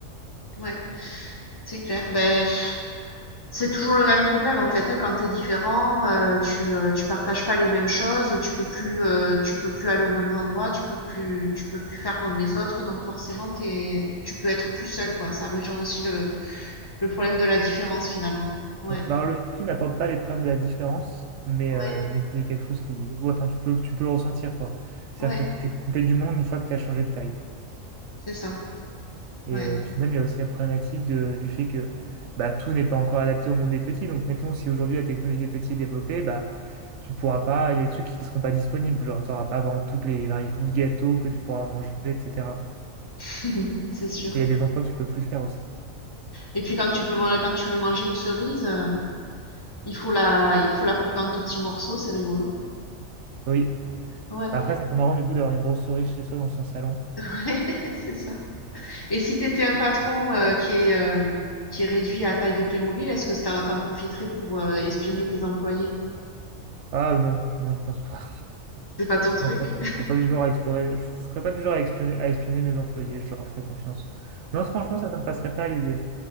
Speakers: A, on the left; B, on the right.
A: Ouais, c'est clair. Beh, c'est toujours le même problème en fait, hein, quand t'es différent, heu, tu, heu, tu partages pas les mêmes choses, tu peux plus, heu, tu peux plus aller aux mêmes endroits, tu peux plus tu peux plus faire comme les autres, donc forcément t'es tu peux être plus seul quoi. Ça rejoint aussi le le problème de la différence finalement. Ouais,
B: Ouais. Alors, le film n'apporte pas les problèmes de la différence, mais,
A: ouais,
B: euh, mais c'est quelque chose qui. ouais, enfin, tu peux, tu peux le ressentir, quoi. C'est-à-dire
A: ouais,
B: que tu es coupé du monde une fois que tu as changé de taille.
A: c'est ça,
B: Et
A: ouais,
B: euh, puis même, il y a aussi la problématique de- du fait que bah, tout n'est pas encore adapté au monde des petits. Donc, mettons, si aujourd'hui la technologie des petits est développée, bah, tu pourras pas. Il y a des trucs qui ne seront pas disponibles. Genre, tu n'auras pas, par exemple, toutes les variétés de gâteaux que tu pourras manger, etc.
A: <laughs> c'est sûr.
B: Et il y a des emplois que tu peux plus faire aussi.
A: Et puis quand tu peux man- quand tu veux manger une cerise, euh, il faut la, il faut la couper en tout petits morceaux, c'est rigolo.
B: Oui.
A: Ouais,
B: Après, c'est marrant, du coup, d'avoir une grosse souris chez soi dans son salon.
A: <laughs> ouais, c'est ça. Et si t'étais un patron euh, qui est, euh, qui est réduit à taille de Playmobil, est-ce que t'en t'en profiterais pour euh, espionner tes employés?
B: Ah non, non, je pense pas.
A: C'est pas ton truc?
B: Je ne serais pas, je serais pas du genre à explorer, je serais pas du genre à espionner, à espionner mes employés, je leur ferais confiance. Non, franchement, ça ne me passerait pas à l'idée.